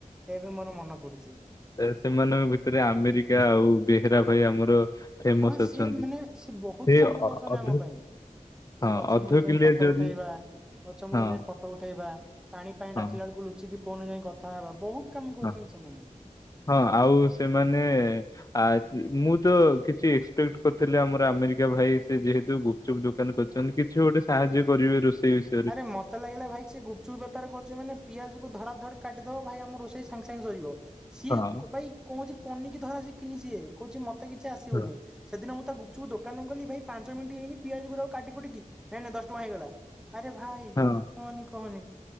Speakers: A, in the centre; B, on the left.
A: ଏବେ ମୋର ମନ ପଡୁଚି।
B: ତା ସେମାନଙ୍କ ଭିତରେ ଆମେରିକା ଆଉ ବେହେରା ଭାଇ ଆମର ଫେମସ
A: ହଁ ସିଏ
B: ଅଛନ୍ତି
A: ମାନେ ସିଏ ବହୁତ
B: ସେ
A: କାମ କରୁଛନ୍ତି
B: ଅଧ
A: ଆମ ପାଇଁ।
B: ହଁ
A: ସେ ଗଛ
B: ଅଧ
A: ମୂଳେ ଯାଇ
B: କିଲିଆ
A: ଫଟୋ
B: ଯଦି
A: ଉଠେଇବା ଗଛ
B: ହଁ
A: ମୂଳେ ଯାଇ ଫଟ୍ ଫଟୋ ଉଠେଇବା ପାଣି ପାଇଁ
B: ହଁ
A: ଡାକିଲା ବେଳକୁ ଲୁଚିକି ଫୋନରେ ଯାଇ କଥା ହେବା ବହୁତ କାମ କରୁଛନ୍ତି
B: ହଁ
A: ସେମାନେ।
B: ହଁ ଆଉ ସେମାନେ ଆ ମୁଁ ତ କିଛି ଏକ୍ସପେକ୍ଟ କରିଥିଲି ଆମର ଆମେରିକା ଭାଇ ସେ ଯେହେତୁ ଗୁ ଚୁପ୍ ଦୋକାନ କରିଛନ୍ତି କିଛି ଗୋଟେ ସାହାଯ୍ୟ କରିବେ ରୋଷେଇ ବି
A: ଆରେ ମତେ ଲାଗିଲା ଭାଇ ସେ ଗୁ ଚୁପ୍ ବେପାର କରୁଛି ମାନେ ପିଆଜ କୁ ଧଡା ଧଡ କାଟିଦବ ଭାଇ ଆମ ରୋଷେଇ ସାଙ୍ଗେ ସାଙ୍ଗେ ସରିବ। ସିଏ
B: ହଁ
A: କ ଭାଇ କହୁଛି ପନିକି ଧରା ସିକିିନି ସିଏ କହୁଛି ମତେ କିଛି ଆସିବନି।
B: ହଁ
A: ସେଦିନ ମୁଁ ତାକୁ ଗୁପଚୁପ୍ ଦୋକାନକୁ ଗଲି ଭାଇ ପାଞ୍ଚ ମିନ୍ଟି ହେଇନି ପିଆଜ ଗୁରା କାଟିକୁଟିକି ଭାଇନା ଦଶ ଟଙ୍କା ହେଇଗଲା। ଆରେ ଭାଇ
B: ହଁ
A: କହନି କହନି